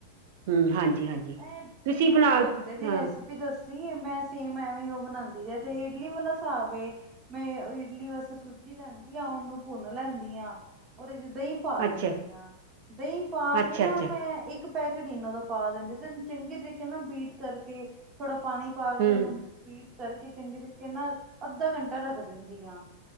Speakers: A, on the right; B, on the right.
A: ਕੋਈ
B: ਹਮ
A: ਨੀ,
B: ਹਾਂਜੀ ਹਾਂਜੀ
A: ਇਹ ਤੁਸੀਂ ਮੈਨੂੰ
B: ਬਣਾ
A: ਟੋਕਲੇ ਦੀ
B: ਹਾਂ
A: ਰੈਸਿਪੀ ਦੱਸੋ? ਮੈਂ ਸੇਮ ਐਵੇਂ ਉਹ ਬਣਾਂਦੀ ਜੇ ਤੇ ਇਡਲੀ ਵਾਲਾ ਹਿਸਾਬ ਏ ਮੈਂ ਇਡਲੀ ਬਸ ਸੂਜੀ ਲੈਂਦੀ ਆ ਉਹਨੂੰ ਭੁੰਨ ਲੈਂਦੀ ਆ ਓਹਦੇ ਚ ਦਹੀਂ ਪਾ
B: ਅੱਛਾ
A: ਦਿੰਦੀ ਆ, ਦਹੀਂ ਪਾ
B: ਅੱਛਾ
A: ਕੇ ਨਾ
B: ਅੱਛਾ
A: ਮੈਂ ਇੱਕ ਪੈਕੇਟ ਇਨੋ ਦਾ ਪਾ ਦਿੰਦੀ ਤੇ ਏਨੂੰ ਚੰਗੇ ਤਰੀਕੇ ਨਾਲ ਬੀਟ ਕਰਕੇ ਥੋੜਾ ਪਾਣੀ ਪਾ ਕੇ
B: ਹਮ
A: ਉਹਨੂੰ ਬੀਟ ਕਰਕੇ ਚੰਗੇ ਤਰੀਕੇ ਨਾਲ ਅੱਧਾ ਘੰਟਾ ਰੱਖ ਦਿੰਦੀ ਹਾਂ।